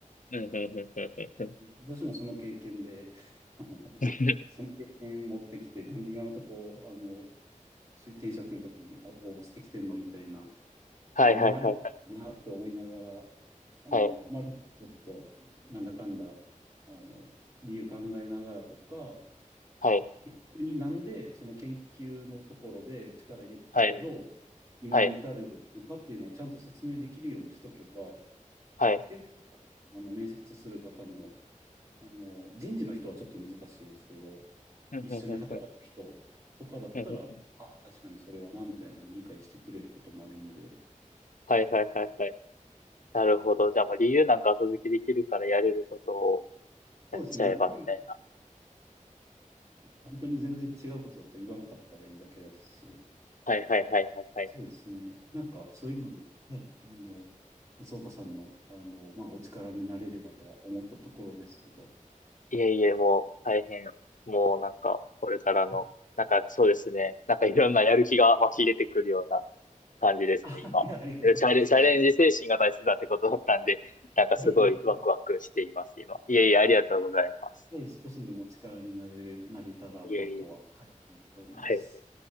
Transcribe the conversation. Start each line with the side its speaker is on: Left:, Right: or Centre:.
Left: うん、うん、うん、うん、うん。うん
Right: 私もその経験で、<laughs> あの、
Left: <laughs>
Right: その経験持ってきて、なんで今のとこ、あの、し転職の時にあ応募してきてんのみたいな、
Left: はい、
Right: あ、思われるなと思いながら、
Left: はい、はい、はい。
Right: あの、
Left: はい、
Right: まあ、ちょっと、なんだかんだ、あの、理由考えながらとか、
Left: はい、
Right: 結局になんでその研究のところで力入れてたけど、
Left: はい。
Right: 今に至るのかっていうのをちゃんと説明できるようにしとけば、
Left: はい。はい。
Right: 結構、あの、面接する方も、あの、人事の人はちょっと難しいですけど、
Left: うん、
Right: 一緒に働く人とかだったら、
Left: うん、ん、ん。ふんふんふん
Right: ああ、確かにそれはな、みたいな理解してくれることもあるんで、
Left: はい、はい、はい、はい。なるほど。じゃあもう理由なんか後付けできるからやれることを
Right: そうですね、
Left: やっちゃえば、
Right: やっとき、
Left: みたいな。
Right: 本当に全然違うことだったら言わなかったらいいだけだし、
Left: はい、はい、はい、はい、はい。
Right: そうですね。なんか、そういうので、はい、あの、松岡さんの、あの、まあ、お力になれればとは思ったところですけど、
Left: いえいえ、もう大変。もうなんか、これからの、
Right: はい。
Left: なんかそうですね。なんかいろんなやる気が湧き出てくるような感じですね、
Right: <laughs> あ、
Left: 今。
Right: いやありがとうございます。
Left: でチャレ、チャレンジ精神が大切だってことだったんで、なんかすごいワクワクしています、
Right: <laughs> はい、
Left: 今。いえいえ、ありがとうございます。
Right: はい少しでもお力になれ、なれたらなとは、
Left: いえいえ。
Right: はい、思っております。
Left: はい。